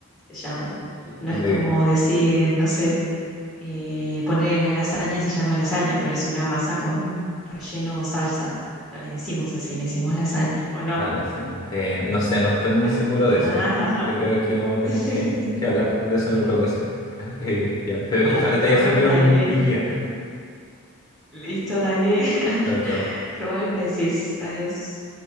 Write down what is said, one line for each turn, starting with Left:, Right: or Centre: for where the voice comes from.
Centre: se llama. No
Left: Le
Centre: es como decir, no sé, Eh, ponerle la lasaña, se llama lasaña, pero es una masa con relleno o salsa. No le decimos así, le decimos lasaña, ¿o no?
Left: a lasaña. Eh, no sé, no estoy muy
Centre: Ah,
Left: seguro
Centre: ah,
Left: de eso. Yo creo que vamos a tener
Centre: <laughs>
Left: que, que hablar de eso en otra ocasión. <laughs> Eh, ya, te dejo,
Centre: listo,
Left: ojalá te haya servido
Centre: dale,
Left: mi, mi guía.
Centre: listo, dale. <laughs>
Left: <laughs> Chao, chao.
Centre: Probable me decís, adiós.